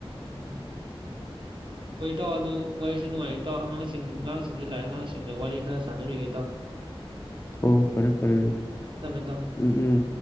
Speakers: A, on the right (about 55°); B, on the left (about 25°).
A: ꯎꯝ ꯍꯣꯏꯇꯥ ꯑ ꯑꯗꯨ ꯋꯥꯔꯤꯁꯦ ꯅꯨꯡꯉꯥꯏꯇꯥꯎ ꯑꯉꯥꯡꯁꯤꯡ ꯑꯉꯥꯡꯁꯤꯡ ꯁꯤꯡꯁꯨ ꯂꯥꯏꯔꯤ ꯑꯉꯥꯡꯁꯤꯡꯒ ꯋꯥꯔꯤ ꯈꯔ ꯁꯥꯟꯅꯔꯤꯈꯩ ꯇꯥꯎ
B: ꯍ ꯍꯣ ꯐꯔꯦ ꯐꯔꯦ ꯑꯗꯨꯗꯤ
A: ꯏꯇꯥꯎ
B: ꯎꯝ ꯎꯝ